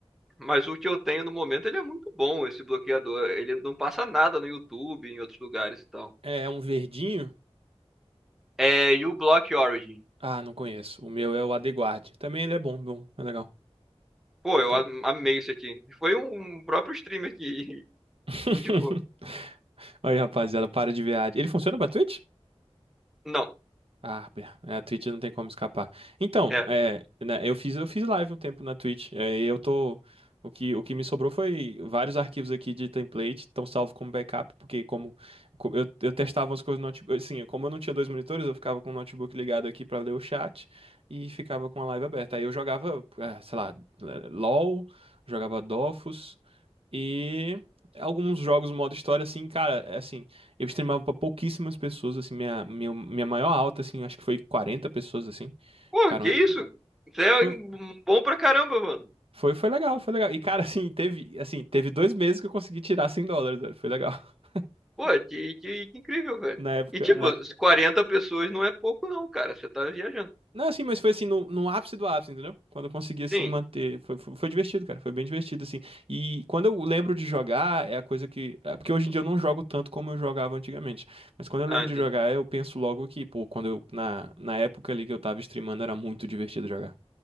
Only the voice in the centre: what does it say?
Mas o que eu tenho no momento, ele é muito bom, esse bloqueador. Ele não passa nada no YouTube, em outros lugares e tal.
É, e o Block Origin.
Pô, eu
am- amei isso aqui. Foi um um próprio streamer que <laughs>
indicou.
Não,
é.
Pô,
que isso? Isso é
um, um bom pra caramba, mano.
Pô, que, que, que incrível, velho.
E, tipo,
Não. quarenta pessoas não é pouco, não, cara. Você tá viajando.
Sim.
Ah,
entendi.